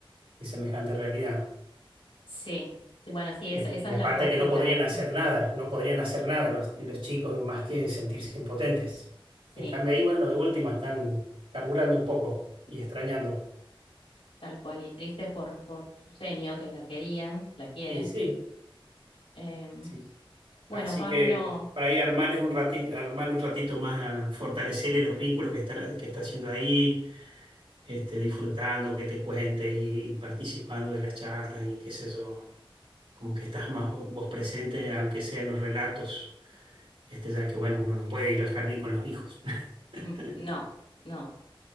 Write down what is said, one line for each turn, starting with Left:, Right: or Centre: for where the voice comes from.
Right: que semejante realidad.
Left: sí. Sí, bueno, sí, esa,
Right: Este,
Left: esa
Right: y
Left: es
Right: aparte
Left: la postura.
Right: que no podrían hacer
Left: mm,
Right: nada, no podrían hacer nada los, los chicos más que sentirse impotentes.
Left: sí.
Right: En cambio ahí, bueno, de última están carburando un poco y extrañando.
Left: Tal cual, y tristes por, por su senio, que la querían, la quieren.
Right: Y sí,
Left: Em,
Right: sí.
Left: bueno,
Right: Así
Left: Pablo,
Right: que para ahí armarles un ratito, armarle un ratito más, a fortalecerle los vínculos que están, que está haciendo ahí, este, disfrutando, que te cuente y, participando de las charlas y qué sé yo. como que estás más vo- vos presente, aunque sea en los relatos, este, ya que bueno, uno no puede ir al jardín con los hijos, <laughs>
Left: <laughs> ujú, no, no,